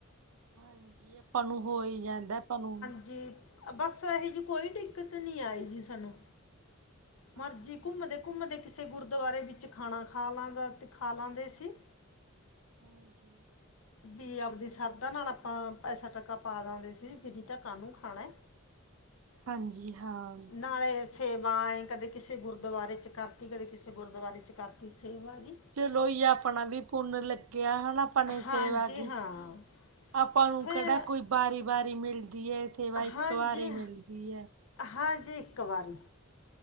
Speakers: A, on the right; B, on the left.
A: ਹਾਂਜੀ ਆਪਾਂ ਨੂੰ ਹੋ ਈ ਜਾਂਦਾ ਆਪਾਂ ਨੂੰ।
B: ਜੀ। ਬਸ ਇਹੋ ਜਿਹੀ ਕੋਈ ਦਿੱਕਤ ਨੀ ਆਈ ਜੀ ਸਾਨੂੰ।
A: ਹਾਂਜੀ
B: ਮਰਜ਼ੀ ਘੁੰਮਦੇ -ਘੁੰਮਦੇ ਕਿਸੇ ਗੁਰਦੁਆਰੇ ਵਿੱਚ ਖਾਣਾ ਖਾ ਲਾਂਦਾ ਤੇ ਖਾ ਲਾਂਦੇ ਸੀ।
A: ਹਾਂਜੀ।
B: ਵੀ ਆਪਦੀ ਸਰਦਾ ਨਾਲ ਆਪਾਂ ਪੈਸਾ ਟੱਕਾ ਪਾ ਦਿੰਦੇ ਸੀ ਫਿਰ ਏਦਾ ਕਾਨੂੰ ਖਾਣਾ,
A: ਹਾਂਜੀ ਹਾਂ
B: ਨਾਲੇ ਸ ਸੇਵਾ ਏਂ ਕਦੇ ਕਿਸੇ ਗੁਰਦੁਆਰੇ 'ਚ ਕਰਤੀ ਕਦੇ ਕਿਸੇ ਗੁਰਦੁਆਰੇ 'ਚ ਕਰਤੀ ਸੇਵਾ ਜੀ।
A: ਚਲੋ ਜੀ ਆਪਣਾ ਵੀ ਪੁੰਨ ਲਗ ਗਿਆ ਹਨਾ ਆਪਾਂ ਨੇ ਸੇਵਾ
B: ਹਾਂਜੀ
A: ਕੀਤੀ
B: ਹਾਂ
A: ਆਪਾਂ ਨੂੰ
B: ਫਿਰ
A: ਕੇੜਾ ਕੋਈ ਵਾਰੀ ਵਾਰੀ ਮਿਲਦੀ ਏ ਸੇਵਾ
B: ਹਾਂਜੀ
A: ਇੱਕ ਵਾਰੀ ਮਿਲਦੀ ਏ।
B: ਹਾਂਜੀ ਇੱਕ ਵਾਰੀ।